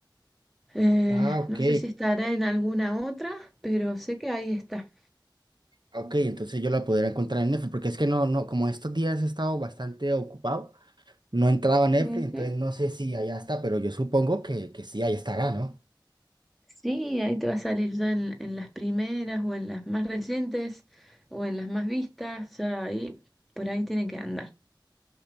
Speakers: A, in the centre; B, on the right.
A: Eh,
B: Ah, ok.
A: no sé si estará en alguna otra, pero sé que ahí está.
B: Ok, entonces yo la podría encontrar en Netflix, porque es que no, no, como estos días he estado bastante ocupado, no entraba a Netflix,
A: Ujú.
B: entonces no sé si allá está, pero yo supongo que, que sí, ahí estará, ¿no?
A: Sí, ahí te va a salir ya en, en las primeras o en las más recientes o en las más vistas. Ya ahí, por ahí tiene que andar.